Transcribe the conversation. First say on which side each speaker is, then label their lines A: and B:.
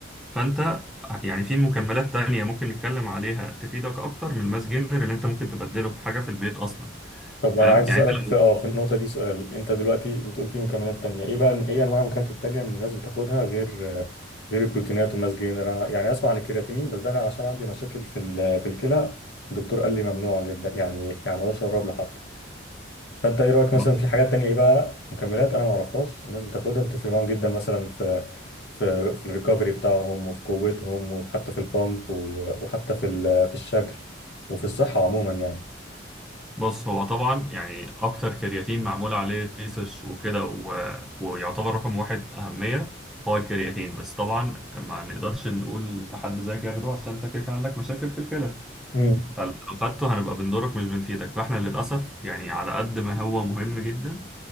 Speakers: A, in the centre; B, on the left.
A: فأنت يعني في مكملات تانية ممكن نتكلم عليها تفيدك أكتر من الماس جينر اللي أنت ممكن تبدله بحاجة في البيت أصلا
B: طب
A: فاهم
B: انا عايز اسالك
A: يعني أنت
B: في
A: لو-
B: اه في النقطه دي سؤال انت دلوقتي بتقول في مكملات تانية ايه بقى ايه انواع المكملات التانية ان الناس بتاخدها غير غير البروتينات والماس جينر انا يعني اسمع عن الكرياتينين بس ده انا عشان عندي مشاكل في ال- في الكلى الدكتور قال لي ممنوع جدا يعني يعني ما اقدرش اقرب لحد فانت ايه رايك
A: ما-
B: مثلا في حاجات تانية ايه بقى مكملات انا ما اعرفهاش الناس بتاخدها بتفرق معاهم جدا مثلا في في في الريكفري بتاعهم وفي قوتهم وحتى في البامب و- وحتى في ال- في الشكل وفي الصحه عموما يعني
A: بص هو طبعا يعني أكتر كرياتين معمول عليه ريسيرش وكده و... ويعتبر رقم واحد أهمية هو الكرياتين بس طبعا ما نقدرش نقول لحد زيك ياخده عشان أنت كده كده عندك مشاكل في الكلى
B: امم
A: فلو خدته هنبقى بنضرك مش بنفيدك فاحنا للأسف يعني على قد ما هو مهم جدا